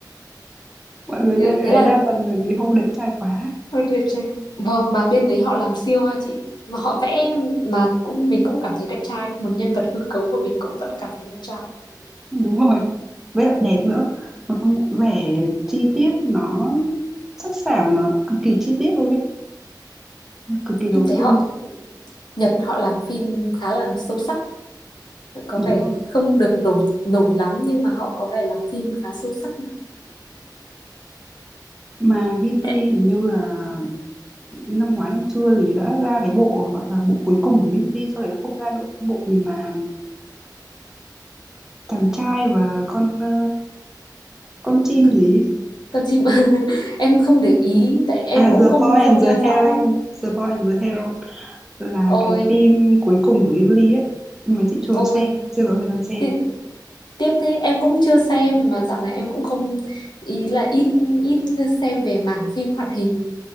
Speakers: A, in the centre; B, on the left.
A: mọi người
B: như
A: xem điều
B: thế
A: đấy
B: là...
A: đa phần bởi vì Hô đẹp trai quá
B: Ôi, đẹp trai. Vâng, mà bên đấy họ làm siêu ha chị. Mà họ vẽ mà cũng mình cũng cảm thấy đẹp trai. Một nhân vật hư cấu mà mình cũng vẫn cảm thấy đẹp trai.
A: đúng rồi với lại đẹp nữa mà công nhận vẻ chi tiết nó sắc sảo nó cực kỳ chi tiết luôn đấy cực kỳ đầu
B: Em thấy
A: tư
B: họ, Nhật họ làm phim khá là sâu sắc. Có
A: đúng
B: vẻ
A: rồi
B: không được nổi nổi lắm nhưng mà họ có vẻ làm phim khá sâu sắc.
A: mà Ghibli
B: Đấy.
A: hình như là năm ngoái năm xưa thì đã ra cái bộ gọi là bộ cuối cùng của Ghibli sau đấy không ra nữa bộ gì mà chàng trai và con ờ, con chim
B: con
A: gì ấy.
B: con chim <laughs> em không để ý tại em
A: à
B: cũng
A: The
B: không
A: Boy
B: không
A: and
B: theo
A: the Hero
B: dõi
A: The Boy and the Hero là
B: ôi
A: cái phim cuối cùng của Ghibli ấy nhưng mà chị chưa
B: ôi
A: xem chưa có thời gian xem
B: ti- tiếc thế em cũng chưa xem mà dạo này em cũng không ý là ít ít xem về mảng phim hoạt hình